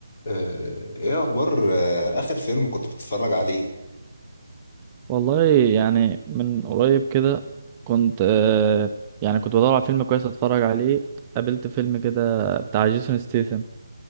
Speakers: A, on the left (about 45°); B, on the right (about 20°).
A: آه، ايه اخبار آه، اخر فيلم كنت بتتفرج عليه
B: والله يعني من قريب كده كنت آه يعني كنت بدور على فيلم كويس اتفرج عليه قابلت فيلم كده بتاع جيسون ستيثم